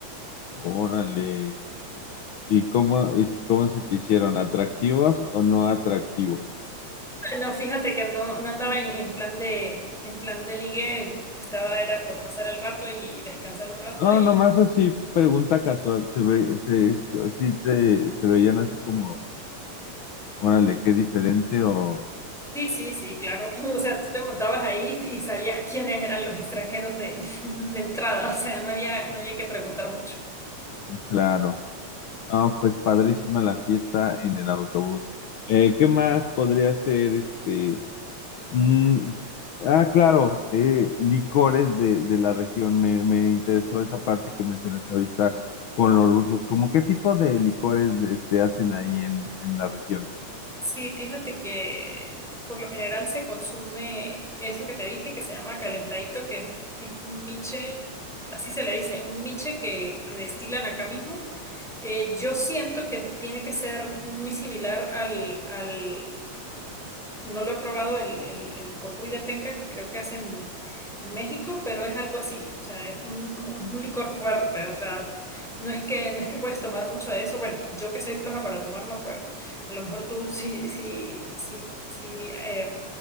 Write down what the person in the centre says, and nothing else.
No, fíjate que no, no andaba en, en plan de, en plan de ligue, estaba, era por pasar el rato y, y descansar un rato
y
sí, sí, sí, claro. <laughs> O sea, tú te montabas ahí y sabías quiénes eran los extranjeros de, <laughs> de entrada, o sea, no había, no había que preguntar mucho.
Sí, fíjate que por lo general se consume eso que te dije que se llama calentadito, que es, es un miche, así se le dice, un miche que, que destilan acá mismo. Eh, yo siento que tiene que ser muy similar al, al no lo he probado el, el, el cocuy de penca que creo que hacen en, en México, pero es algo así. O sea, es un, un, un licor fuerte. O sea, no es que, no es que puedes tomar mucho de eso. Bueno, yo que soy floja para tomar no puedo. A lo mejor tú sí, sí, sí, sí eh,